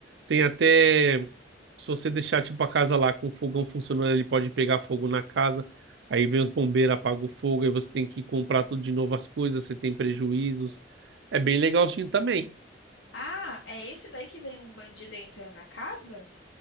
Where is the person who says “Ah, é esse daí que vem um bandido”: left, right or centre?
Left